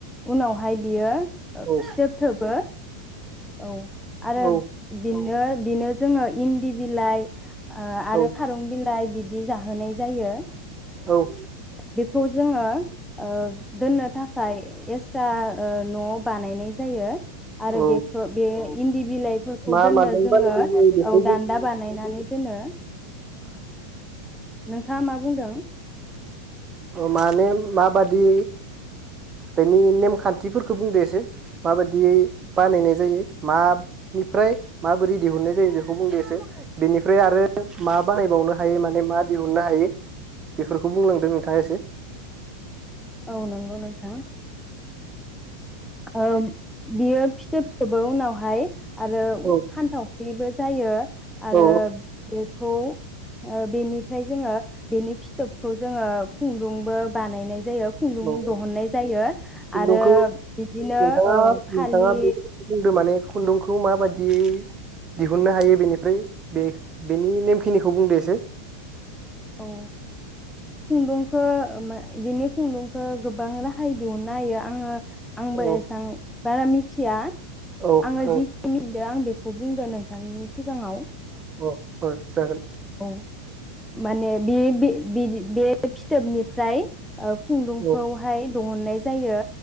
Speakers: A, in the centre; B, on the right.
A: उनावहाय बियो फिथोब
B: औ
A: थोबो। औ आरो
B: औ
A: बिनि नो बिनो जोङो इन्दि बिलाइ। ओ आरो
B: औ
A: खारं बि फ्राय बिदि जाहोनाय जायो।
B: औ।
A: बेखौ जोङो ओ दोननो थाखाय एस स्रा ओ न' बानायनाय जायो।
B: औ
A: आरो
B: औ
A: बेखौ बे इन्दि बिलाइफोरखौ
B: मा
A: दोननो
B: माजों
A: जोङो
B: बानायनाय
A: औ
B: जायो बेखौ
A: दान्दा बानायनानै दोननो।
B: आ
A: नोंथाङा मा बुंदों?
B: माने माबादि बेनि नेमखान्थिफोरखौ बुंदो एसे माबायदियै बानायनाय जायो मानिफ्राय माबोरै दिहुननाय जायो बेखौ बुंदो एसे बेनिफ्राय आरो मा बानायबावनो हायो माने मा दिहुननो हायो बेफोरखौ बुंलांदों नोंथाङा एसे।
A: औ नंगौ नोंथां बियो फिथोब थोबो उनावहाय आरो
B: औ
A: फानथावख्रिबो जायो आरो
B: औ
A: बे खौ बेनिफ्राय जोङो बेनि फिथोबखौ जोङो खुन्दुंबो बानायनाय जायो खुन्दुं
B: औ
A: दिहुननाय जायो
B: खुन्दुंखौ
A: आरो बिदिनो
B: नोंथाङा
A: औ फालि
B: नोंथाङा बे बुंदो माने खुन्दुंखौ माबायदि दिहुननो हायो बेनिफ्राय बे बेनि नेमखिनिखौ बुंदो एसे
A: औ खुन्दुंखौ माने बेनि खुन्दुंखौ गोबां राहायै दिहुननो हायो आङो आंबो
B: औ
A: एसां बारा मिथिया
B: औ
A: आङो
B: औ
A: जिखिनि यो आं बेखौ बुंदों नोंथांनि सिगाङाव
B: औ जागोन
A: औ माने बे बे बिदि बे फिथोबनिफ्राय खुन्दुंखौहाय
B: औ
A: दिहुननाय जायो